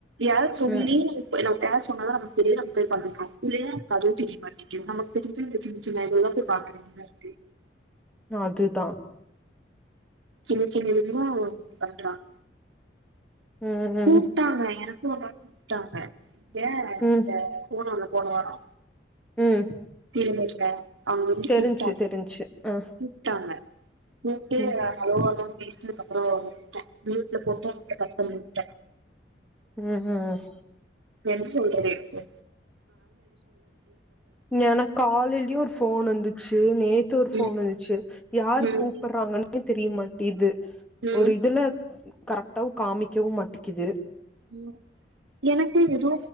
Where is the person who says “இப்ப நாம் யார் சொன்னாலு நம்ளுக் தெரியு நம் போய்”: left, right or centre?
Right